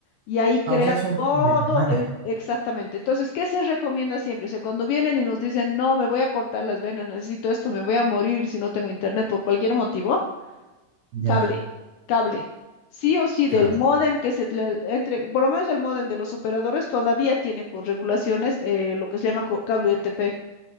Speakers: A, on the left (about 80°); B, on the right (about 80°).
A: Y ahí crea
B: Ah, o sea, es un
A: todo
B: desmadre.
A: el... Exactamente. Entonces, ¿qué se recomienda siempre? O sea, cuando vienen y nos dicen, no, me voy a cortar las venas, necesito esto, me voy a morir si no tengo internet por cualquier motivo,
B: Ya,
A: cable, cable. Sí o sí,
B: cable.
A: del módem que se le entre, por lo menos el módem de los operadores todavía tiene por regulaciones eh, lo que se llama co- cable UTP.